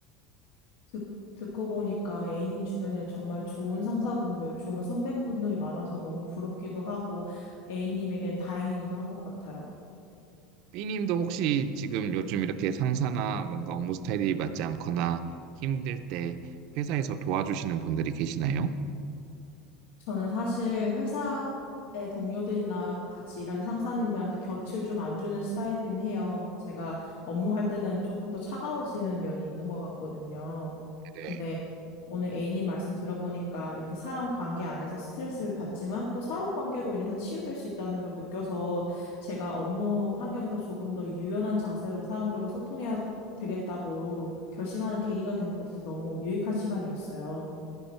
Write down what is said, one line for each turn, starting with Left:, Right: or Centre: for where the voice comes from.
Left: 듣, 듣고 보니까 A님 주변에는 정말 좋은 상사분들, 좋은 선배분들이 많아서 너무 부럽기도 하고 A님에겐 다행이기도 한 것 같아요.
Right: B님도 혹시 지금 요즘 이렇게 상사나 뭔가 업무 스타일이 맞지 않거나 힘들 때 회사에서 도와주시는 분들이 계시나요?
Left: 저는 사실 회사의 동료들이나 같이 일하는 상사님들한테 곁을 좀 안 주는 스타일이긴 해요. 제가 업무할 때는 조금 더 차가워지는 면이 있는 것 같거든요.
Right: 네,
Left: 근데 오늘 A님 말씀 들어보니까 이렇게 사람 관계 안에서 스트레스를 받지만 또 사람 관계로 인해서 치유될 수 있다는 걸 느껴서 제가 업무 환경에서 조금 더 유연한 자세로 사람들과 소통해야 되겠다고 결심하는 계기가 된 것 같아서 너무 유익한 시간이었어요.